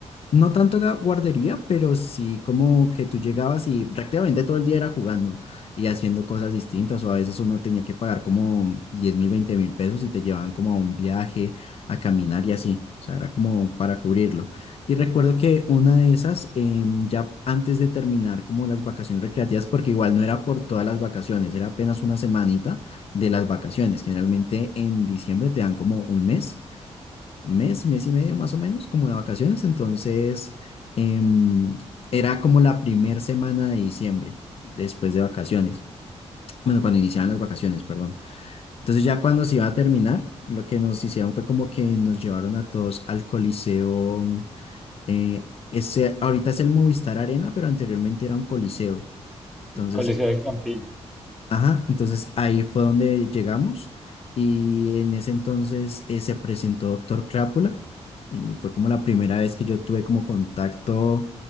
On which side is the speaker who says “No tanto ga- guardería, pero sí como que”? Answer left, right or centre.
Left